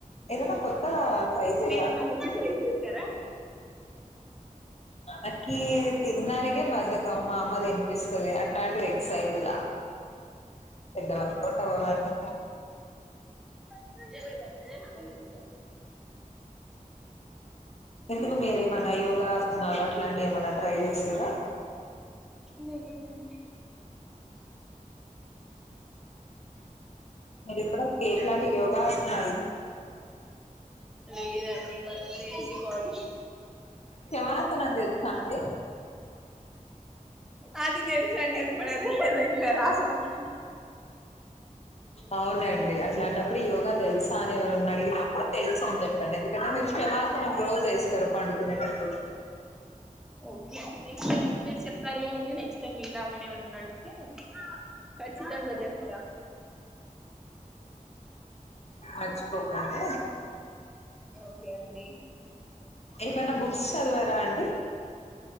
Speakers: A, on the left; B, in the centre.
A: ఏదన్న కొత్తగా ట్రై చేయ
B: మీరేమన్నా ఎక్సర్సైజ్ చేస్తారా
A: అకి తినడానికే బధకమ్ మా అమ్మ తినిపిస్తుంది అ అంటంట ఎక్సైస్లా ఎడి వర్కోట్ అవ్వవుండి
B: <inaudible>
A: ఎందుకు మేర మనయో స్తున్నాలో అట్లాంటి ఏమన్నా ట్రై చేసారా
B: లెధ్ అండి
A: మరి ఇప్పుడ ఎట్లాంటి యోగాసన
B: లేదండి మనం లేజీ బాడీ
A: కమరాస్తనం తెలుస్తా అండి
B: అది తెలుసంది అది మన రెగలర్ ఆసన మన
A: అవునండి అట్లాంటప్పుడు యోగా తెలుసా అని ఎవరన్నా అడిగినప్పుడు తెలుసా అంత చె చెప్పండి ఎందుకంటే మీరు శవాసనం రోజు వేస్తారు పండుకునేటప్పుడు
B: ఓకే నెక్స్ట్ టైరు చెప్ప్పారు కండి నెక్స్ట్ టైమ్ మీలాగనే ఎవరని అడిగితే కాచ్చ తంగా చేప్తా
A: మార్చిపోకాండే
B: ఓకే అండి
A: మన్న బుక్స్ చదివారా అండి